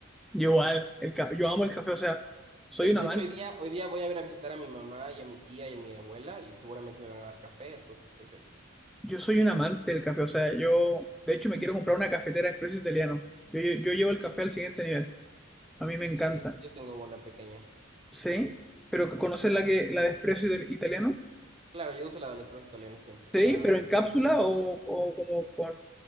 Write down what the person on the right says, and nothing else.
De,
de
hecho, hoy día, hoy día voy a ir a visitar a mi mamá y a mi tía y a mi abuela y seguramente me van a dar café, entonces estoy feliz.
Sí, yo tengo una pequeña.
Sí.
Claro, yo uso la del espresso italiano siempre,
la
de...
que
sale el-